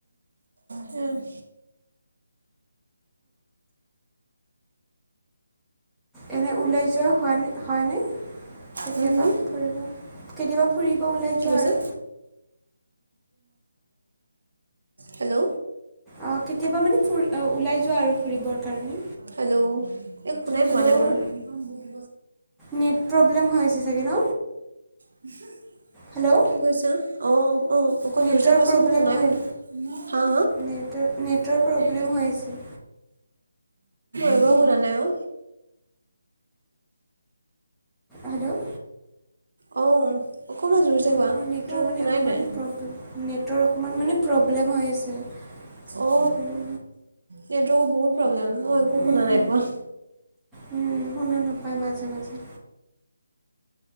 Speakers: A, on the right; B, in the centre.
A: হে <unintelligible>
B: এনেই ওলাই যোৱা হয়নে হয়নে কেতিয়াবা
A: হুম হুম
B: ফুৰিব কেতিয়াবা ফুৰিব ওলাই
A: কি
B: যোৱা
A: কৈছে
B: আৰু
A: হেল্ল'
B: অ', কেতিয়াবা মানে ফুৰি অঁ, ওলাই যোৱা আৰু ফুৰিবৰ কাৰণে।
A: হেল্ল' এই শুনাই
B: হেল্ল'
A: পোৱা নাই মই
B: নেট প্ৰব্লেম হৈ আছে চাগে ন?
A: <unintelligible>
B: হেল্ল'
A: কি কৈছা অ অঁ অকণ
B: নেটৰ
A: জোৰছে কোৱাচোন
B: প্ৰব্লেম
A: মই শুনাই
B: হয়
A: পোৱা নাই হাঁ হা
B: নেটৰ নেটৰ প্ৰব্লেম
A: মই
B: হৈ আছে
A: এবাৰো শুনা নাই অ
B: হেল্ল'
A: অ' অকণমান জোৰচে
B: অঁ
A: কোৱা মই
B: নেটৰ মানে
A: একো শুনাই
B: অকণমান
A: নাই
B: প্ৰব্লেম নেটৰ অকণমান মানে প্ৰব্লেম হৈ আছে
A: অ
B: সেইকাৰণে
A: নেটৱক বহুত প্ৰব্লেম মই একো
B: উম,
A: শুনা নাই পোৱা
B: উম, শুনা নাপায় মাজে মাজে